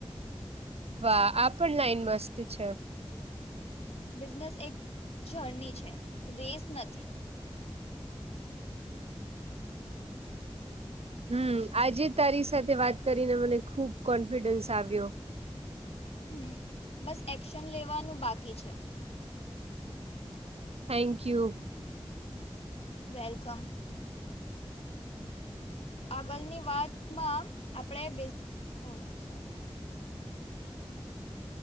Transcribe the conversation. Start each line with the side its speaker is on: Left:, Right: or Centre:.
Right: વાહ આ પણ લાઈન મસ્ત છે.
Left: બિઝનેસ એક જર્ની છે રેસ નથી.
Right: હમ્મ આજે તારી સાથે વાત કરીને મને ખુબ કોન્ફિડન્સ આવ્યો.
Left: હમ્મ બસ એક્શન લેવાનું બાકી છે.
Right: Thank you.
Left: વેલકમ. આગળની વાતમાં આપણે બેઝ <unintelligible> સોરી